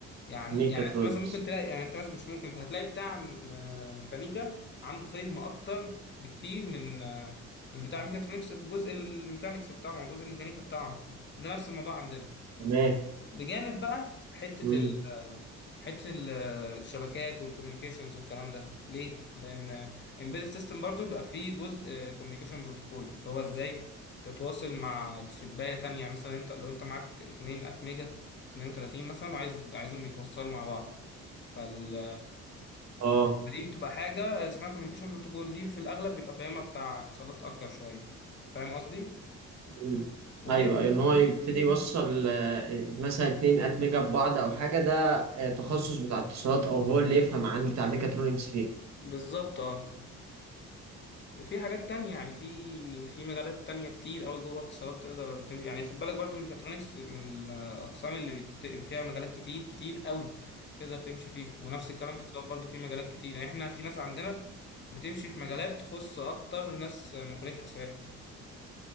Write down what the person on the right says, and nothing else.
ميكاترونكس
تمام
مم.
اه
مم.
ايوه
ان
هو يبتدي
يوصل آه، مثلا اتنين اتمجه ببعض او حاجه ده آه، تخصص بتاع اتصالات او هو اللي يفهم عن بتاع ميكاترونكس فيه